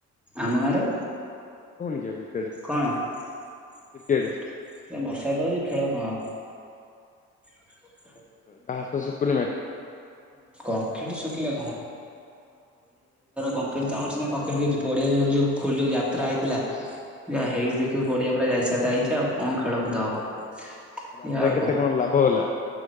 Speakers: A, in the centre; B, on the left (about 25°).
A: ଆମ ଗାଁରେ
B: <unintelligible>
A: କଣ? ସେ
B: କ୍ରିକେଟ?
A: ବର୍ଷା ତ ହଉଛି ଖେଳ କଣ ହବ। <unintelligible> ଯୋଉ
B: ଘାସ ଶୁକୁନି ମାଟି
A: ଆମର ପଡିଆ ଚାରିକର କଂକ୍ରିଟ୍ ତମର ସିନା କଂକ୍ରିଟ୍ ହେଇଛି ପଡିଆ ଯାଗା କୁ ଯୋଉ <unintelligible> ଯାତ୍ରା ହେଇଥିଲା। ଯାହା ହେଇଚି ଦେଖିବୁ ପଡିଆପୁରା ଯାଇସାଇତା ହେଇଛି ଆଉ କଣ ଖେଳକୁଦ ହବ।
B: ଯାତ୍ରା
A: ଏଇଆ ଆଉ
B: କେତେ କଣ ଲାଭ ହେଲା?